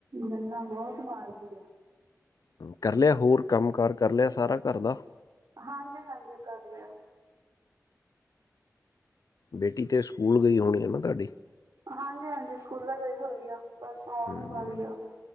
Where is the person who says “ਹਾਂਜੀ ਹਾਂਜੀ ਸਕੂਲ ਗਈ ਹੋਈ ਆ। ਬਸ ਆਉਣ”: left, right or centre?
Right